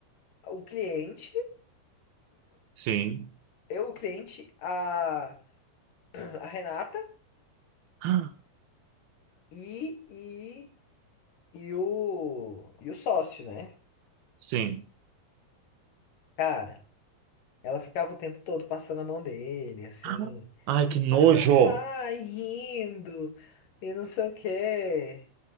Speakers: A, on the left (about 60°); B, on the right (about 75°).
A: o cliente,
B: Sim.
A: eu, o cliente, a. a Renata
B: <gasps> Ah,
A: e, e, e, o, e o sócio, né?
B: Sim.
A: Cara, ela ficava o tempo todo passando a mão dele, assim,
B: Ah, Ai, que
A: ah,
B: nojo!
A: e rindo, e não sei o quê,